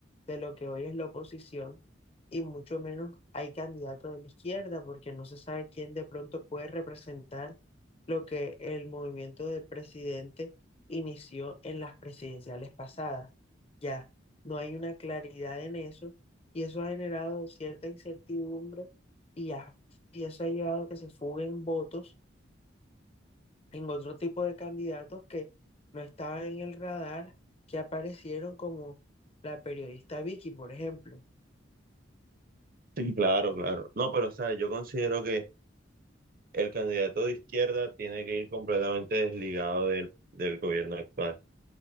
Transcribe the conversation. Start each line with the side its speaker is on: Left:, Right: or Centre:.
Left: de lo que hoy es la oposición y mucho menos hay candidato de la izquierda porque no se sabe quién de pronto puede representar lo que el movimiento del presidente inició en las presidenciales pasadas. Ya, no hay una claridad en eso y eso ha generado cierta incertidumbre y, ya- y eso ha llevado a que se fuguen votos en otro tipo de candidatos que no estaban en el radar, que aparecieron como la periodista Vicky, por ejemplo.
Right: Sí, claro, claro. No, pero o sea, yo considero que el candidato de izquierda tiene que ir completamente desligado del, del gobierno actual.